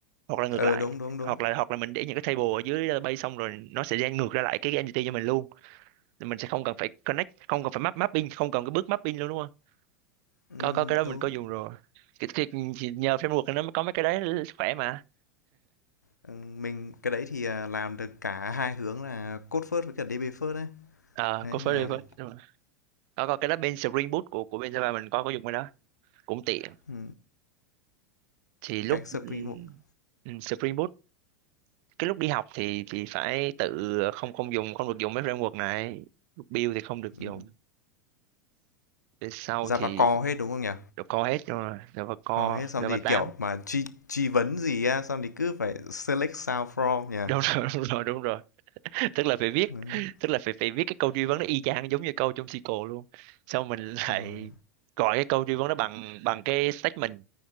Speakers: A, on the right (about 45°); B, on the left (about 80°).
A: hoặc là ngược
B: Ờ
A: lại
B: đúng đúng đúng.
A: hoặc là hoặc là mình để những cái table ở dưới database xong rồi nó sẽ gen ngược ra lại cái entity cho mình luôn Thì mình sẽ không cần phải connect không cần phải map mapping không cần cái bước mapping luôn đúng không
B: Ừ,
A: có có cái đó mình
B: đúng.
A: có dùng rồi cái, cái, thì nhờ framework này nó mới có mấy cái đấy khỏe mà
B: Ừ, mình cái đấy thì à, làm được cả hai hướng là code first với cả DB first đấy.
A: ờ
B: Đấy
A: có phải
B: mình làm
A: đi với
B: đấy.
A: đúng rồi. có có cái đó bên Spring Boot của của bên Java mình có có dùng cái đó cũng tiện
B: Ừ.
A: thì lúc
B: Cái Spring
A: ừm,
B: Boot.
A: ừm, Spring Boot cái lúc đi học thì thì phải tự không không dùng không được dùng mấy framework này lúc build thì không được
B: Ừ.
A: dùng về sau
B: Java
A: thì
B: core hết đúng không nhỉ?
A: Java hết rồi Java Core
B: Core hết xong
A: Java
B: thì
A: tám
B: kiểu mà truy truy vấn gì á xong thì cứ phải select sao from nhỉ?
A: đúng rồi <laughs> đúng rồi đúng rồi tức là phải viết
B: Đấy,
A: tức là phải phải viết cái câu truy vấn nó y chang giống như câu trong SQL luôn xong mình lại
B: đúng rồi.
A: gọi cái câu truy vấn đó bằng bằng cái statement